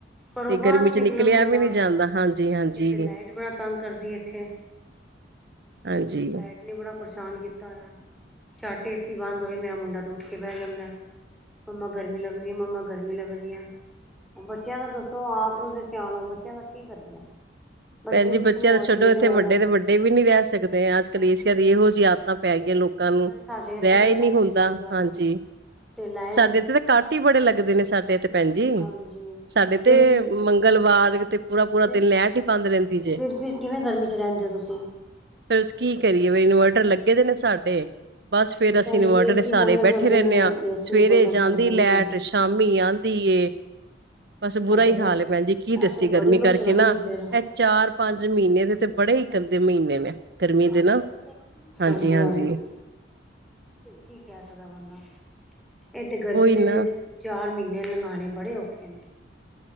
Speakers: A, in the centre; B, on the right.
A: ਘਰੋਂ
B: ਤੇ
A: ਬਾਹਰ
B: ਗਰਮੀ
A: ਨੀ
B: ਚ
A: ਨਿਕਲਣ
B: ਨਿਕਲਿਆ
A: ਹੁੰਦਾ
B: ਵੀ ਨਹੀਂ ਜਾਂਦਾ। ਹਾਂਜੀ, ਹਾਂਜੀ।
A: ਇੱਥੇ ਲਾਈਟ ਬੜਾ ਤੰਗ ਕਰਦੀ ਇੱਥੇ।
B: ਹਾਂਜੀ
A: ਲਾਈਟ ਨੇ ਬੜਾ ਪਰੇ ਸ਼ਾਨ ਕੀਤਾ ਹੋਇਆ। ਚੱਟ ਏ ਸੀ ਬੰਦ ਹੋਏ ਮੇਰਾ ਮੁੰਡਾ ਤੇ ਉੱਠ ਕੇ ਬਹਿ ਜਾਂਦੇ। ਮੰਮਾ ਗਰਮੀ ਲੱਗ ਰਹੀ ਹੈ, ਮੰਮਾ ਗਰਮੀ ਲੱਗ ਰਹੀ ਹੈ। ਬੱਚਿਆਂ ਦਾ ਦੱਸੋ, ਆਪ ਤੁਸੀਂ ਸਿਆਣੋ ਬੱਚਿਆਂ ਦਾ ਕੀ ਕਰੀਏ? ਬੱਚੇ
B: ਭੈਣਜੀ ਬੱਚਿਆਂ
A: ਜਿਸ ਮੌਤ
B: ਤਾਂ ਛੱਡੋ,
A: ਝੱਲੇ
B: ਇੱਥੇ
A: ਹੋਏ
B: ਵੱਡੇ
A: ਨਾ
B: ਤੇ ਵੱਡੇ ਵੀ ਨੀ ਰਹਿ ਸਕਦੇ ਆ, ਅੱਜ-ਕੱਲ
A: ਹਾਂਜੀ।
B: ਏ ਸੀ ਆ ਦੀ
A: ਹਾਂਜੀ,
B: ਇਹੋ ਜਿਹੀ ਆਦਤਾਂ ਪੈ ਗਈਆਂ ਲੋਕਾਂ ਨੂੰ,
A: ਅਰੇ ਸਾਡੇ ਇੱਥੇ
B: ਰਹਿ
A: ਨਾ ਲਾਈਟ
B: ਹੀ ਨਹੀਂ ਹੁੰਦਾ,
A: ਚਲੀ ਗਈ ਕੱਲ
B: ਹਾਂਜੀ।
A: ਤੇ ਲਾਈਟ
B: ਸਾਡੇ ਇੱਥੇ ਤਾਂ ਕੱਟ ਈ ਬੜੇ ਲੱਗਦੇ ਨੇ, ਸਾਡੇ ਇਥੇ ਪੈ ਜੀ।
A: ਹਾਂਜੀ।
B: ਸਾਡੇ
A: ਫਿਰ
B: ਤੇ
A: ਕੀ
B: ਮੰਗਲਵਾਰ ਤੇ ਪੂਰਾ-ਪੂਰਾ
A: ਫਿਰ
B: ਦਿਨ ਲੈਟ ਬੰਦ ਰਹਿੰਦੀ ਜੇ
A: ਫਿਰ ਫਿਰ ਕਿਵੇਂ ਗਰਮੀ ਚ ਰਹਿੰਦੇ ਹੋ ਤੁਸੀਂ
B: ਫੇਰ ਕੀ ਕਰੀਏ ਵੀ ਇਨਵਰਟਰ ਲ ਲੱਗੇ ਦੇ ਨੇ ਸਾਡੇ ਬਸ ਫੇਰ ਅਸੀਂ
A: ਭੈਣ
B: ਇਨਵਰਟਰ
A: ਜੀ ਏਸੀ
B: ਸਾਰੇ
A: ਕੋਈ ਨਾ
B: ਬੈਠੇ
A: ਚੱਲਦੇ
B: ਰਹਿਨੇ
A: ਨੇ
B: ਆ,
A: ਏਸੀ
B: ਸਵੇਰੇ
A: ਕੋਈ ਨਾ
B: ਜਾਂਦੀ
A: ਚੱਲਦੇ
B: ਲੈਟ,
A: ਨੇ।
B: ਸ਼ਾਮੀ ਆਂਦੀ ਏ, ਬਸ ਬੁਰਾ
A: ਇਹ ਤੇ
B: ਹੀ
A: ਫਿਰ
B: ਹਾਲ ਏ ਭੈਣ ਜੀ ਕੀ ਦੱਸੀਏ
A: ਇਹ ਤੇ
B: ਗਰਮੀ
A: ਬੜੀ ਪਰੇਸ਼ਾਨੀ
B: ਕਰਕੇ ਨਾ
A: ਫੇਰ
B: ਇਹ ਚਾਰ-ਪੰਜ ਮਹੀਨੇ ਦੇ, ਤੇ ਬੜੇ ਹੀ ਗੰਦੇ ਮਹੀਨੇ ਨੇ। ਗਰਮੀ
A: ਹਾਂਜੀ।
B: ਦੇ ਨਾ ਹਾਂਜੀ-ਹਾਂਜੀ
A: ਹਾਂਜੀ, ਹਾਂਜੀ। ਕੀ ਕਹਿ ਸਕਦਾ ਬੰਦਾ? ਏਥੇ ਗਰਮੀ
B: ਉਹੀ
A: ਦੇ
B: ਨਾ
A: ਚਾਰ ਮਹੀਨੇ ਲੰਘਾਣੇ ਬੜੇ ਔਖੇ ਨੇ।